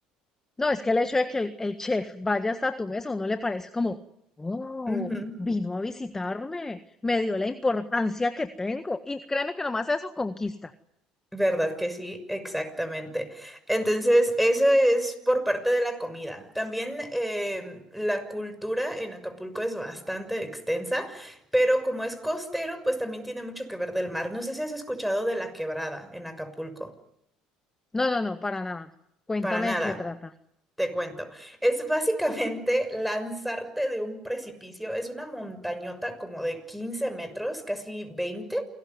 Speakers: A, on the left (about 20°); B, in the centre.
A: No, es que el hecho de que el, el chef vaya hasta tu mesa, a uno le parece como, oh,
B: Ujú.
A: vino a visitarme, me dio la importancia que tengo. Y créeme que nomás eso conquista.
B: ¿Verdad que sí? Exactamente. Entonces, eso es por parte de la comida. También em, la cultura en Acapulco es bastante extensa, pero como es costero, pues también tiene mucho que ver del mar. No sé si has escuchado de la quebrada en Acapulco.
A: No, no, no, para nada. Cuéntame
B: Para nada.
A: de qué trata.
B: Te cuento. Es básicamente lanzarte de un precipicio. Es una montañota como de 15 metros, casi 20.